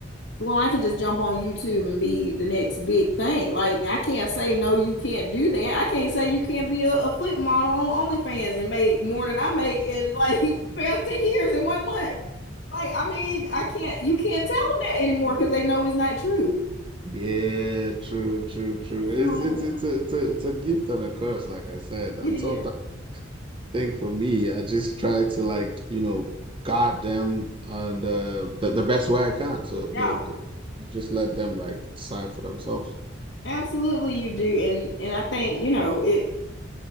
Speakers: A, on the left (about 65°); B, on the right (about 25°).
A: well, I can just jump on YouTube and be the next big thing. Like I can't say no, you can't do that. I can't say you can't be a, a foot model on OnlyFans and make more than I make in like <laughs> past ten years in one month. Like I mean, I can't. You can't tell them that anymore because they know it's not true.
B: Yeah, true, true, true. It's
A: So
B: it's it's a, it's a, it's a gift and a curse, like I said. And
A: it is.
B: sometimes I think for me, I just try to like, you know, guard them and uh, the the best way I can. So
A: Yeah,
B: the, the just let them like decide for themselves.
A: absolutely, you do. And and I think you know it.